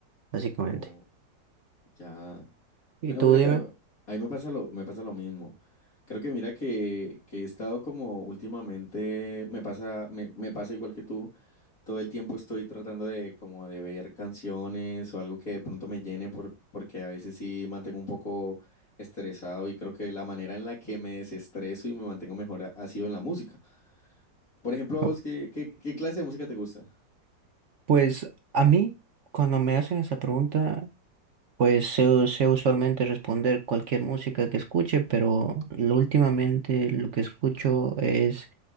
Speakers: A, on the right; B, on the left.
A: básicamente.
B: O ya.
A: ¿Y
B: Pero
A: tú
B: mira
A: dime?
B: que a mí me pasa lo, me pasa lo mismo. Creo que mira que, que he estado como últimamente, me pasa, me, me pasa igual que tú todo el tiempo estoy tratando de como de ver canciones o algo que de pronto me llene por, porque a veces sí mantengo un poco estresado y creo que la manera en la que me desestreso y me mantengo mejor ha, ha sido en la música. Por ejemplo,
A: Ok.
B: ¿vos qué, qué, qué clase de música te gusta?
A: Pues a mí, cuando me hacen esa pregunta, Pues sé, u- sé usualmente responder cualquier música que escuche, pero lo- últimamente lo que escucho es,